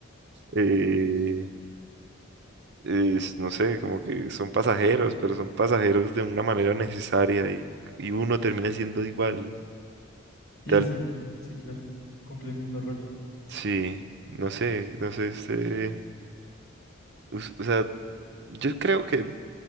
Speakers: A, on the right; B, on the left.
A: eh, es, no sé, como que son pasajeros, pero son pasajeros de una manera necesaria y, y uno termina siendo igual.
B: Sí,
A: Tal,
B: exacto, sí, claro, cumple el mismo rol.
A: sí, no sé, no sé, este, us- o sea, yo creo que